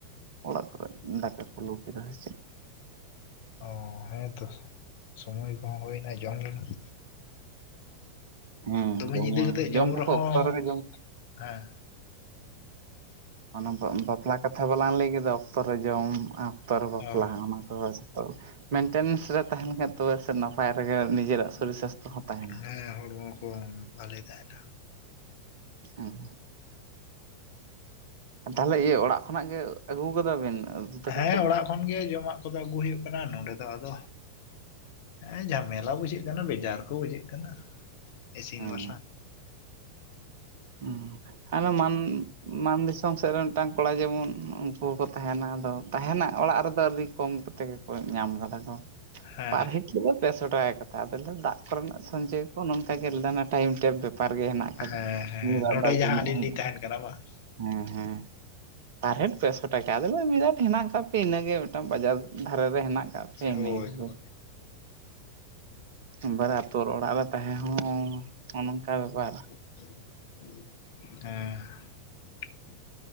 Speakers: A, on the right (about 50°); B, on the left (about 50°).
A: ᱚᱲᱟᱜ ᱠᱚᱨᱮ ᱫᱟᱠᱟ ᱠᱚ ᱞᱩ ᱠᱮᱫᱟ ᱥᱮ ᱪᱮᱫ
B: ᱚ ᱦᱮᱸᱛᱚ ᱥᱚᱢᱚᱭ ᱠᱚᱦᱚᱸ ᱦᱩᱭᱱᱟ ᱡᱚᱢ ᱨᱮᱱᱟᱜ
A: ᱦᱮᱸ
B: ᱫᱚᱢᱮ
A: ᱡᱚᱢᱟ
B: ᱧᱤᱫᱟᱹ ᱠᱟᱛᱮᱫ ᱡᱚᱢ
A: ᱠᱚᱦᱚᱸ
B: ᱨᱮᱦᱚᱸ
A: ᱚᱠᱛᱚ ᱨᱮᱜᱮ ᱡᱚᱢ
B: ᱦᱮᱸ
A: ᱚᱱᱟ ᱵᱟᱯᱞᱟ ᱠᱟᱛᱷᱟ ᱵᱟᱞᱟᱝ ᱞᱟᱹᱭ ᱠᱮᱫᱟ ᱚᱠᱛᱚᱨ ᱨᱮ ᱡᱚᱢ ᱚᱠᱛᱚᱨ ᱨᱮ ᱵᱟᱯᱞᱟ
B: ᱚ
A: ᱚᱱᱟ ᱦᱳᱭ ᱛᱚ ᱢᱮᱱᱴᱮᱱᱮᱱᱥ ᱨᱮ ᱛᱟᱦᱮ ᱞᱮᱱ ᱠᱷᱟᱱ ᱛᱚᱵᱮ ᱱᱟᱯᱟᱭ ᱨᱮᱜᱮ ᱱᱤᱡᱮᱨᱟᱜ ᱥᱚᱨᱤᱨ ᱥᱟᱥᱛᱷᱚ ᱦᱚᱸ ᱛᱟᱦᱮᱱᱟ
B: ᱦᱮᱸ ᱦᱚᱲᱢᱚ ᱠᱚ ᱵᱷᱟᱹᱞᱤ ᱛᱟᱦᱮᱱᱟ
A: ᱦᱮᱸ ᱛᱟᱦᱚᱞᱮ ᱤᱭᱟᱹ ᱚᱲᱟᱜ ᱠᱷᱚᱱᱟᱜ ᱜᱮ ᱟᱹᱜᱩ ᱠᱟᱫᱟ ᱵᱤᱱ ᱩᱛᱩ ᱫᱟᱠᱟ
B: ᱦᱮᱸ
A: ᱠᱚᱫᱚ?
B: ᱚᱲᱟᱜ ᱠᱷᱚᱱ ᱜᱮ ᱡᱚᱢᱟᱜ ᱠᱚᱫᱚ ᱟᱹᱜᱩ ᱦᱩᱭᱩᱜ ᱠᱟᱱᱟ ᱱᱚᱰᱮ ᱫᱚ ᱟᱫᱚ ᱦᱮᱸ ᱡᱷᱟᱢᱮᱞᱟ ᱵᱩᱡᱷᱟᱹᱜ ᱠᱟᱱᱟ ᱵᱮᱡᱟᱨ ᱠᱚ ᱵᱩᱡᱷᱟᱹᱜ ᱠᱟᱱᱟ ᱤᱥᱤᱱ
A: ᱦᱮᱸ
B: ᱵᱟᱥᱟᱝ
A: ᱦᱮᱸ ᱦᱟᱱᱮ ᱢᱟᱱ ᱢᱟᱱ ᱫᱤᱥᱚᱢ ᱥᱮᱫ ᱨᱮ ᱢᱤᱫᱴᱟᱝ ᱠᱚᱲᱟ ᱡᱮᱢᱚᱱ ᱩᱱᱠᱩ ᱦᱚᱸᱠᱚ ᱛᱟᱦᱮᱱᱟ ᱟᱫᱚ ᱛᱟᱦᱮᱱᱟᱜ ᱚᱲᱟᱜ ᱨᱮᱫᱚ ᱟᱹᱰᱤ ᱠᱚᱢᱛᱮ ᱜᱮᱠᱚ ᱧᱟᱢ ᱠᱟᱫᱟ ᱠᱚ
B: ᱦᱮᱸ
A: ᱯᱟᱨ ᱦᱮᱴ ᱫᱚ ᱯᱮᱥᱚ ᱴᱟᱠᱟ ᱠᱟᱛᱷᱟ ᱟᱫᱚ ᱫᱟᱜ ᱠᱚᱨᱮᱱᱟᱜ ᱥᱚᱧᱪᱚᱭ ᱠᱚ ᱱᱚᱝᱠᱟ <unintelligible> ᱞᱮᱫᱟ ᱴᱟᱭᱤᱢ ᱴᱮᱵ ᱵᱮᱯᱟᱨ ᱜᱮ ᱦᱮᱱᱟᱜ ᱟᱠᱟᱫᱟ
B: ᱦᱮᱸ ᱦᱮᱸ
A: ᱫᱟᱜ
B: ᱱᱚᱰᱮ
A: ᱫᱚ ᱟᱹᱜᱩ
B: ᱡᱟᱦᱟᱸ
A: ᱧᱚᱜ
B: ᱟᱹᱞᱤᱧ
A: ᱦᱩᱭᱩᱜᱼᱟ
B: ᱞᱤᱧ ᱛᱟᱦᱮᱱ ᱠᱟᱱᱟ ᱵᱟᱝ
A: ᱦᱮᱸ ᱦᱮᱸ ᱯᱟᱨ ᱦᱮᱴ ᱯᱮᱥᱚ ᱴᱟᱠᱟ ᱟᱫᱚᱞᱮ ᱵᱤᱨᱟᱴ ᱦᱮᱱᱟᱜ ᱠᱮᱫ ᱯᱮᱭᱟ ᱤᱱᱟᱹ ᱜᱮ ᱢᱤᱫᱴᱟᱝ ᱵᱟᱡᱟᱨ ᱫᱷᱟᱨᱮ ᱨᱮ ᱦᱮᱱᱟᱜ ᱠᱟᱜ ᱯᱮ
B: ᱦᱳᱭ
A: ᱤᱱᱟᱹ ᱦᱳᱞᱳ
B: ᱦᱳᱭ
A: <unintelligible> ᱟᱛᱩ ᱚᱲᱟᱜ ᱨᱮ ᱛᱟᱦᱮᱸ ᱦᱚᱸ ᱱᱚᱝᱠᱟ ᱵᱮᱯᱟᱨ
B: ᱦᱮᱸ